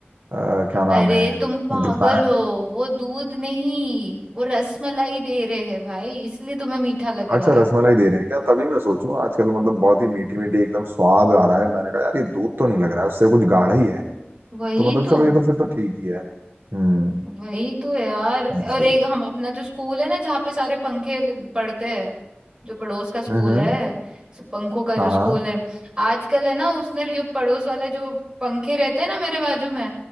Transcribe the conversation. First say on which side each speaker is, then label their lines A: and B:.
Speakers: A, on the right (about 70°); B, on the right (about 20°).
A: अ, क्या नाम
B: अरे
A: है
B: तुम पागल
A: जो गाय
B: हो वो दूध नहीं वो रसमलाई दे रहे हैं भाई इसलिए तुम्हें मीठा लग रहा
A: हाँ, अच्छा
B: है
A: रसमलाई दे रहे हैं क्या तभी मैं सोचूं आजकल मतलब बहुत ही मीठी मीठी एकदम स्वाद आ रहा है मैंने कहा यार ये दूध तो नहीं लग रहा है उससे कुछ गाढ़ा ही है
B: वही
A: तो मतलब
B: तो
A: चलो ये तो फिर तो ठीक ही है हम्म
B: वही तो यार
A: नहीं
B: और
A: सही
B: एक
A: है
B: हम अपना जो स्कूल है ना जहाँ पे सारे पंखे ल- पड़ते हैं जो पड़ोस का स्कूल
A: हम्म हम्म
B: है स- पंखों का जो
A: हाँ
B: स्कूल
A: हाँ
B: है आजकल है ना उसने जो पड़ोस वाले जो पंखे रहते हैं ना मेरे बाजू में